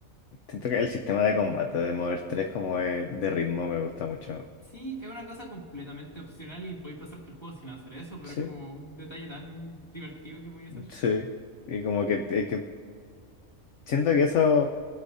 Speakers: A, on the left; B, on the left.
A: siento que el sistema de combate del Mother tres como es de ritmo me gusta mucho.
B: Sí, es una cosa completamente opcional y podéis pasarte el juego sin hacer eso, pero
A: Sí,
B: es como un detalle tan divertido que podéis hacer.
A: sí. Y como que, es que siento que eso,